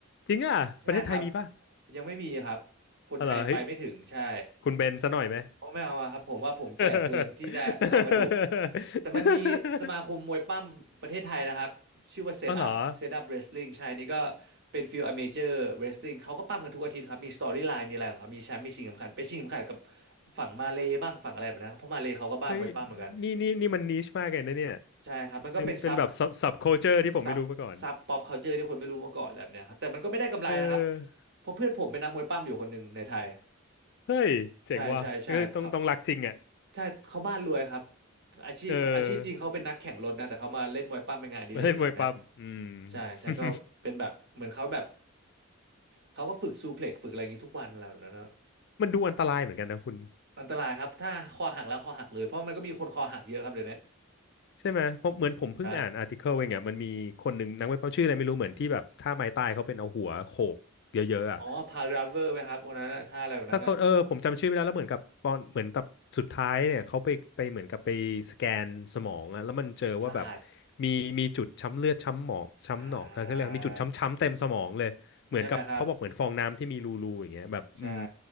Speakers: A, on the left; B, on the right.
A: จริงอ่ะประเทศไทยมีป่ะ
B: ใช่ครับยังไม่มีครับคนไทยยังไปไม่ถึงใช่
A: เอาเหรอเฮ้ยคุณเบนซะหน่อยไหม
B: เพราะไม่เอาอะครับผมว่าผมแก่เกินที่จะเอากระดูก
A: <laughs>
B: แต่มันมีสมาคมมวยปั้มประเทศไทยนะครับชื่อว่า Set
A: เอา <laughs> เหรอ
B: Up Set Up Wrestling ใช่นี่ก็เป็นฟิลอเมเจอร์ Wrestling เขาก็ปั้มกันทุกอาทิตย์ครับมีสตอรี่ไลน์มีอะไรของเขามีแชมป์มีชิงเข็มขัดไปชิงเข็มขัดกับฝั่งมาเลย์บ้างฝั่งอะไรแบบนั้นครับเพราะมาเลย์เขาก็บ้ามวยปั้มเหมือนกัน
A: เฮ้ยนี่นี่นี่มันนิชมากเลยนะเนี่ย
B: ใช่ครับมันก็เป็นซับ
A: เป็นเป็นแบบ sub sub culture ที่ผมไม่รู้มาก่อน
B: ซับซับป๊อปคัลเจอร์ที่คนไม่รู้มาก่อนอะไรแบบเนี้ยครับแต่มันก็ไม่ได้กำไรนะครับ
A: เออ
B: เพราะเพื่อนผมเป็นนักมวยปั้มอยู่คนหนึ่งในไทย
A: เฮ้ยเจ๋งว่ะก็คือต้องต้องรักจริงอ่ะ
B: ใช่ใช่ใช่เขาใช่เขาบ้านรวยครับอาชีพอาชีพจริงเขาเป็นนักแข่งรถนะแต่เขามาเล่นมวยปั้มเป็นงานอดิเรกอะไรแบบวนะ
A: เออมาเล่นมวยปั้มอืม
B: ใช่ใช่ก็เป็นแบบเหมือนเขาแบบ
A: <laughs>
B: เขาก็ฝึกซูเพล็กซ์ฝึกอะไรอย่างนี้ทุกวันอะไรแบบนั้นนะ
A: มันดูอันตรายเหมือนกันนะคุณ
B: อันตรายครับถ้าคอหักแล้วคอหักเลยเพราะมันก็มีคนคอหักเยอะครับเดี๋ยวนี้
A: ใช่ไหมเพราะเหมือนผมเพิ่งอ่านอาร์ติเคิลเองอ่ะมันมีคนหนึ่งนักมวยปั้มชื่ออะไรไม่รู้เหมือนที่แบบท่าไม้ตายเขาเป็นเอาหัวโขกเยอะๆอ่ะ
B: ใช่อ๋อพาวดรเวอร์ไหมครับคนนั้นน่ะถ้าอะไรแบบนั้นน่ะ
A: สักคนเออผมจำชื่อไม่ได้แล้วเหมือนกับตอนเหมือนตับสุดท้ายเนี่ยเขาไปไปเหมือนกับไปสแกนสมองอ่ะแล้วมันเจอว่าแบบ
B: พลาด
A: มีมีจุดช้ำเลือดช้ำหมองช้ำหนองเออก็เลยกว่ามีจุดช้ำๆเต็มสมองเลยเหมือนกับเขาบอกเหมือนฟองน้ำที่มีรูๆอย่างเงี้ยแบบอืม
B: อ่าใช่ไหมครับใช่